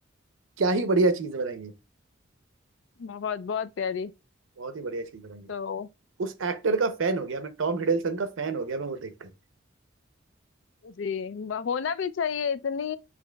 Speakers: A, on the right; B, on the left.
A: क्या ही बढ़िया चीज बनाई है
B: बहुत बहुत प्यारी
A: बहुत ही बढ़िया चीज बनाई है
B: तो
A: उस एक्टर का फैन हो गया मैं टॉम हिडलसन का फैन हो गया मैं वो देखकर
B: जी ब- होना भी चाहिए इतनी